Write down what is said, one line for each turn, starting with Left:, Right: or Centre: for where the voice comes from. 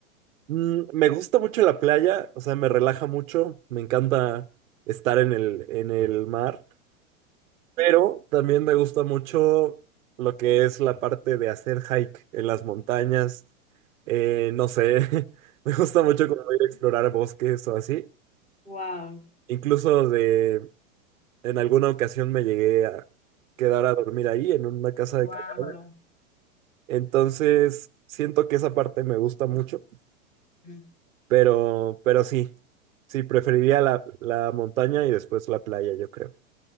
Right: Mm, me gusta mucho la playa, o sea, me relaja mucho, me encanta estar en el, en el mar, pero también me gusta mucho lo que es la parte de hacer hike en las montañas, eh, no sé, <laughs> me gusta mucho como ir a explorar bosques o así,
Left: Wow,
Right: incluso de, en alguna ocasión me llegué a quedar a dormir ahí en una casa
Left: wow.
Right: de campaña, entonces siento que esa parte me gusta mucho.
Left: <laughs>
Right: Pero, pero sí, sí, preferiría la, la montaña y después la playa, yo creo.